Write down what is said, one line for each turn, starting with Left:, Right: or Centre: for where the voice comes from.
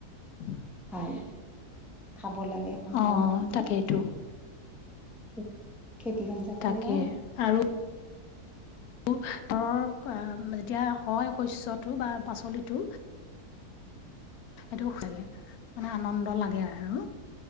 Left: <unintelligible>
Centre: ভাল খাব লাগে এখন
Left: অ',
Centre: ঘৰৰ আঞ্জা।
Left: তাকেইটো
Centre: খে- খেতিৰ আঞ্জা খালে
Left: তাকে,
Centre: ভাল
Left: আৰু অ, কোৱা যেতিয়া হয় শস্যটো বা পাচলিটো সেই দুখ লাগে মানে আনন্দ লাগে আৰু।